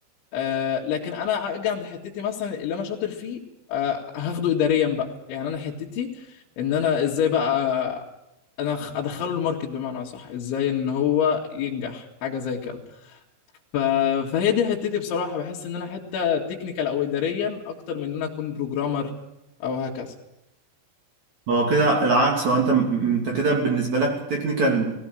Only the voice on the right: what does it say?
هو كده العكس هو انت م- انت كده بالنسبه لك تكنيكال